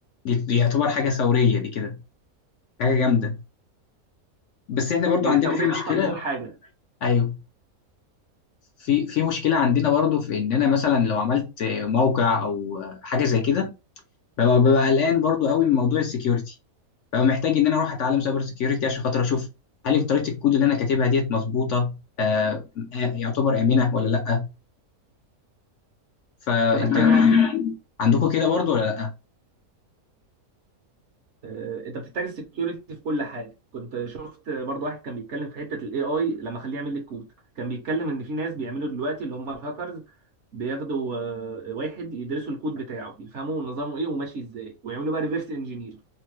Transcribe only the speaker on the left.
دي دي يعتبر حاجه ثوريه دي كده حاجه جامده بس احنا برضو
عندنا
في مشكله
ايوه في في مشكله عندنا برضو في ان انا مثلا لو عملت موقع او حاجه زي كده ببقى ببقى قلقان برضو قوي من موضوع السكيورتي ببقى محتاج ان انا اروح اتعلم سايبر سكيورتي عشان خاطر اشوف هل طريقه الكود اللي انا كاتبها ديت مظبوطه آه آه، يعتبر امنه ولا لا فانت
عندكم كده برضو ولا لا